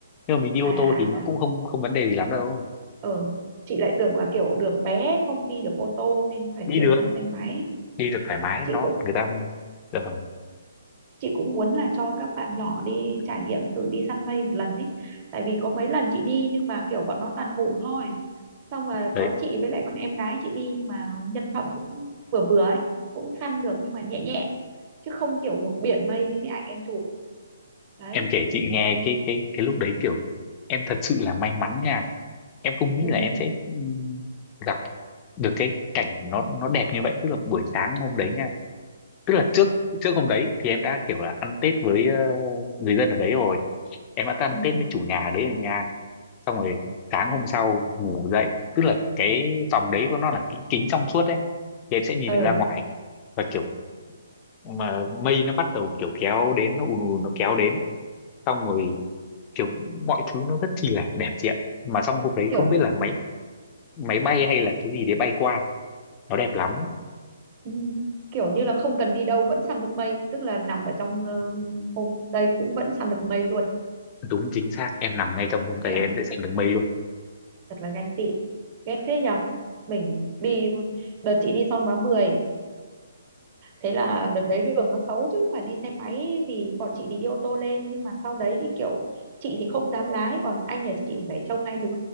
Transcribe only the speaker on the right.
à à
à
ờ chị lại tưởng là kiểu đường bé không đi được ô tô nên phải
chuyển
sang xe máy
chị
cũng
chị cũng muốn là cho các bạn nhỏ đi trải nghiệm thử đi săn mây một lần ấy tại vì có mấy lần chị đi nhưng mà kiểu bọn nó toàn ngủ thôi xong rồi
có chị với lại con em gái chị đi nhưng mà nhân phẩm cũng vừa vừa ấy cũng săn được nhưng mà nhẹ nhẹ chứ không kiểu một biển mây như cái ảnh em chụp đấy
ừ
ừ
đấy
ờ
kiểu
ừ, kiểu như là không cần đi đâu vẫn săn được mây tức là nằm ở trong ờ, homestay cũng vẫn săn được mây luôn
ẻo
thật là ganh tị ghét thế nhở mình đi đợt chị đi Son Hóa 10, thế là đợt đấy đường nó xấu chứ mà đi xe máy thì bọn chị thì đi ô tô lên nhưng mà sau đấy thì kiểu chị thì không dám lái còn anh nhà chị thì phải trông hai đứa